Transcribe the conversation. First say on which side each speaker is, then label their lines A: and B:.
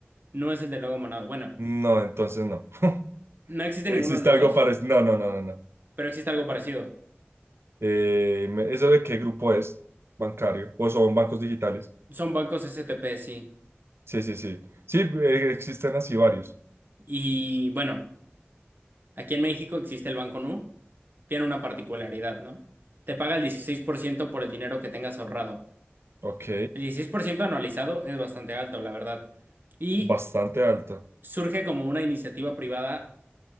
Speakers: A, on the right (about 50°); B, on the right (about 70°).
A: no es el de Logo Monado. Bueno,
B: No, entonces no. <laughs>
A: no existe
B: ¿Existe
A: ninguno de los
B: algo
A: dos,
B: parecido? No, no, no, no, no.
A: pero existe algo parecido.
B: Eh, me- ¿eso de qué grupo es? Bancario. ¿O son bancos digitales?
A: Son bancos STP, sí.
B: Sí, sí, sí. Sí, eh, existen así varios.
A: Y bueno, aquí en México existe el Banco Nu, tiene una particularidad, ¿no? Te paga el 16% por el dinero que tengas ahorrado.
B: Ok.
A: El 16% anualizado es bastante alto, la verdad. Y
B: Bastante alto.
A: surge como una iniciativa privada